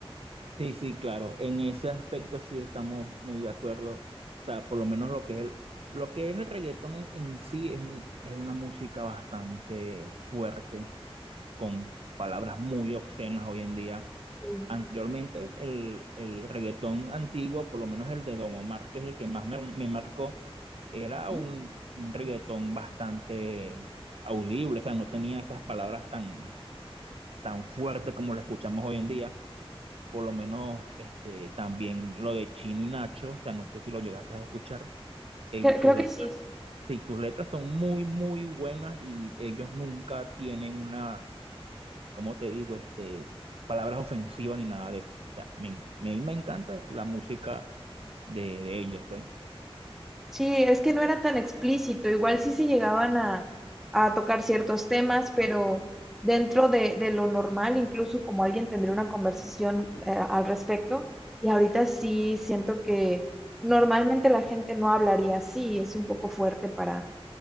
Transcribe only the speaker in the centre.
Sí.
Ujú.
Cre-
Creo
que sí.
Sí, es que no era tan explícito. Igual sí se llegaban a, a tocar ciertos temas, pero dentro de, de lo normal, incluso como alguien tendría una conversación eh, al respecto. Y ahorita sí siento que normalmente la gente no hablaría así. Es un poco fuerte para,